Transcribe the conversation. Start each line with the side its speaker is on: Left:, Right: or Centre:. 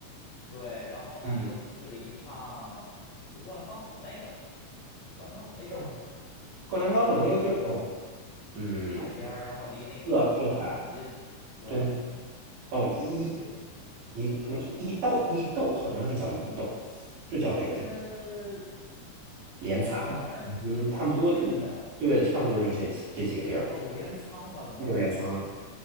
Left: 对，然后呢又去了一趟就《灌篮高手》那个，
Right: 嗯，
Left: 《灌篮高手》那地儿叫啥？
Right: 哦灌篮高手那个地儿，哦，嗯，
Left: 海边儿，然后离那个东京其实很近，
Right: 热热海
Left: 对，
Right: 东，哦伊
Left: 离东京很近，
Right: 一个东伊豆伊豆好像是叫伊豆，
Left: 叫不
Right: 是叫这个地方，
Left: 呃，
Right: 镰仓，
Left: 我忘了，反正挺近的。
Right: 嗯，差不多，对，差不多是这这几个地儿，
Left: 哦，镰仓吧，应该是
Right: 就是镰仓。